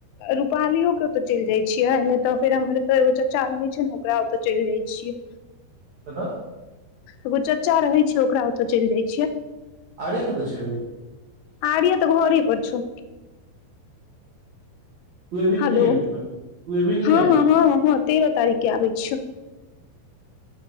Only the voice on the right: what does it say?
कतऽ।
आर्या कतऽ छैय अभि।
तू एबही कि
नहि एहि बीचमे तू एबही कि
नहि एहि बीचमे